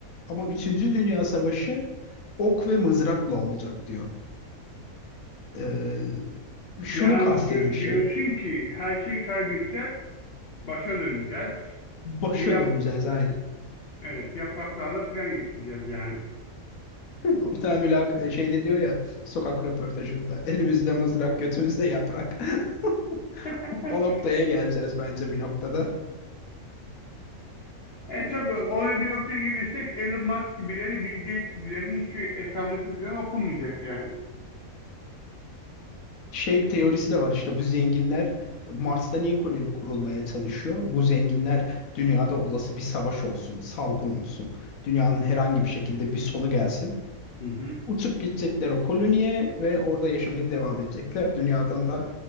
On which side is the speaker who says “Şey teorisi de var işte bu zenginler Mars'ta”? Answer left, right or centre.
Left